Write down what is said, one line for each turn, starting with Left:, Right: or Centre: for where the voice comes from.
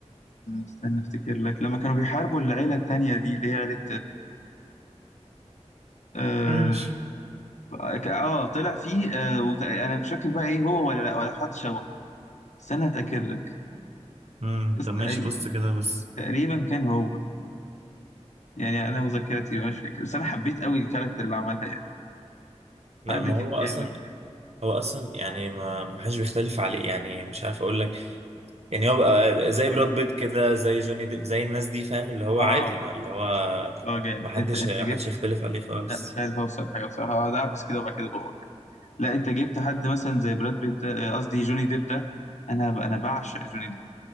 Left: استنى افتكر لك لما كانوا بيحاربوا العيله التانيه دي اللي هي عيله اه
Right: ماشي
Left: ك- اه، طلع فيه اه وت- انا مش فاكر بقى ايه هو ولا لا ولا حد شبهه استنى اتاكد لك
Right: امم
Left: بس
Right: طب
Left: تقريبا
Right: ماشي بص كده بس
Left: تقريبا كان هو يعني انا وذاكرتي مش فاكر بس انا حبيت قوي الكاركتر اللي عملها يعني
Right: لا
Left: حد
Right: ما
Left: كان
Right: هو اصلا
Left: جامد كده
Right: هو اصلا يعني ما ما حدش بيختلف عليه يعني مش عارف اقول لك يعني هو بقى زي براد بيت كده زي جوني ديب زي الناس دي فاهم اللي هو
Left: اه
Right: عادي ما اللي هو
Left: اه جامد
Right: ما حدش
Left: انت انت
Right: حدش
Left: جبت
Right: يختلف عليه خالص
Left: لا مش عارف اوصل حاجه بصراحه هقعد اعبس كده وبعد كده بقول لك لا انت جبت حد مثلا زي براد بيت ده- آه، قصدي جوني ديب ده انا انا بعشق جوني ديب